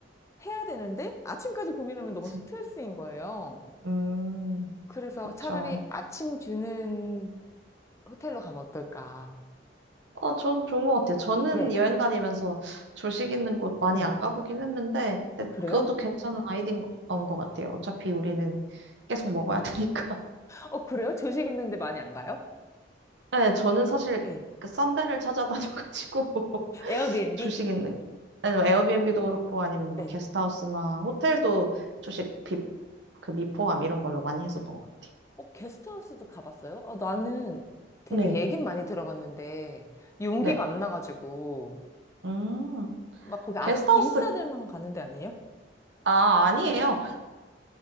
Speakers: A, on the left (about 15°); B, on the right (about 70°).
A: 해야 되는데 아침까지 고민하면
B: 그치.
A: 너무 스트레스인 거예요.
B: 음,
A: 그래서
B: 그쵸.
A: 차라리 아침 주는 호텔로 가면 어떨까?
B: 어, 전 좋은 것 같아요. 저는
A: 네.
B: 여행 다니면서 조식 있는 곳 많이
A: 응,
B: 안 가보긴 했는데, 근데
A: 아, 그래요?
B: 그것도 괜찮은 아이디어인 것 같아요. 어차피 우리는 계속 먹어야
A: 응,
B: 되니까.
A: 어, 그래요? 조식 있는데 많이 안 가요?
B: <laughs> 네, 저는 사실
A: 네.
B: 그 싼 데를 찾아다녀가지고 <laughs>
A: 에어비앤비?
B: 조식 있는, 아니, 뭐 에어비앤비도 그렇고, 아니면
A: 네.
B: 뭐 게스트하우스나 호텔도 조식 비, 그 미포함 이런 걸로 많이 했었던 것 같아요.
A: 어, 게스트하우스도 가봤어요? 아, 나는 되게
B: 네,
A: 얘긴 많이 들어봤는데, 용기가
B: 네.
A: 안 나가지고,
B: 음,
A: 막 거기 아스,
B: 게스트하우스,
A: 인싸들만 가는 데 아니에요?
B: 아, 아니에요.